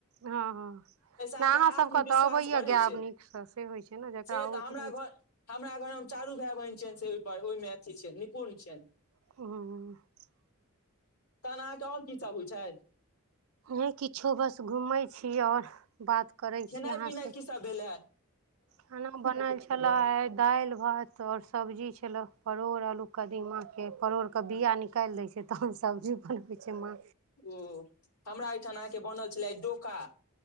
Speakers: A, on the right (about 70°); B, on the left (about 90°).
A: हँ हँ
B: ताहिसँ अहाँके
A: नहि अहाँ
B: आत्मविश्वास
A: सभ के तऽ अबैया
B: बढ़ै
A: गायब
B: छै
A: नीक से से होइत छै ने जकरा
B: से
A: अबैत
B: तऽ
A: रहै छै
B: हमरा घर मे चारू भाय बहिन छियनि से ओहिप ओहि मे अथी छै निपुण छियनि
A: ह
B: तहन अहाँ के आओर की सभ हौए छै
A: नहि किछो बस घूमै छी आओर बात करै
B: खेनाइ
A: छी अहाँसँ
B: पिनाइ की सब भेलै अए
A: खाना बनल छल मिलाइ दालि भात और सब्जी छलो परोड़ आलू कदीमा के परोड़ के बिया निक निकालि दै छै तहन सब्जी बनबै छै मा
B: ओ हमरा ओहिठाम अहाँ के बनल छलै डोका